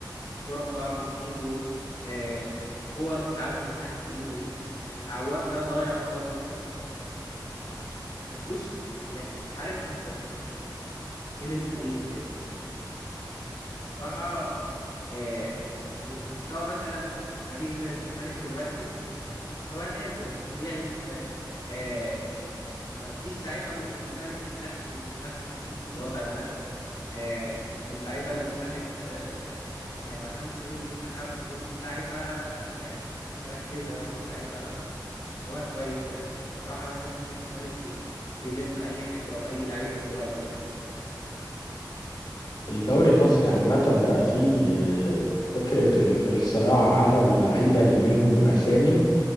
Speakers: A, on the left; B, on the left.
A: الكوره بتقع من ايده آه، الكور بتعدي من تحت ايده آه، عواد ده ضايع خالص آه، ما ما- ما تحسوش يعني حارس ب يعني يشيل الفريق كده يعني بصراحة آه، مستوى مثلا فريق زي الزمالك دلوقتي آه، مستواه نازل طبيعي ان آه، ما فيش لعيبة من الزمالك تتاخد في المنتخب بالوضع ده آه، اللعيبة اللي تتاخد آه، يعني عشان تشيل المنتخب تكون لعيبة يعني مركزة ولعيبة مستواها كويس يعني صراحة أنا شايف إن الزمالك بي بيلم أي حاجة أو أي لعيبة دلوقتي يعني
B: الدوري المصري عامة بقى فيه آه، فكرة ال- الصراع على اللعيبة اللي ليهم أسامي